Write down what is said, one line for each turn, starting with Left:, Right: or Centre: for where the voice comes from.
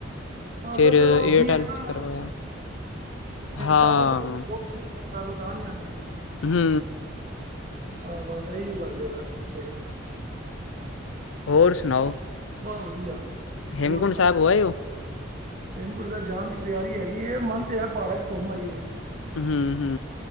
Right: ਹਾਂ, ਫਿਰ
Left: ਏਅਰਟੈਲ
Right: ਤੇ ਬੀ ਐਸਨਲ
Left: 'ਚ ਕਰਵਾਇਆ ਹਾਂ
Right: ਟਾਵਰ ਲੋ ਤਾਂ ਨੀ ਆਦੀ।
Left: ਹੂੰ,
Right: ਆਹੋ ਤਾਂ ਇਹੀਓ ਗੱਲ ਬਸ ਥੋੜ੍ਹੀ
Left: ਹੋਰ ਸੁਣਾਓ?
Right: ਬਸ ਵਧੀਆ,
Left: ਹੇਮਕੁੰਡ
Right: ਹੋਰ
Left: ਸਾਹਿਬ ਹੋ ਆਏ ਹੋ?
Right: ਹੇਮਕੁੰਟ ਸਾਬ ਜਾਣ ਦੀ ਤਿਆਰੀ ਹੈਗੀ, ਇਹ ਮਨ ਤੇ ਹੈ ਪਹਾੜਾਂ ਚ ਘੁੰਮ ਆਈਏ।
Left: ਹੂੰ-ਹੂੰ।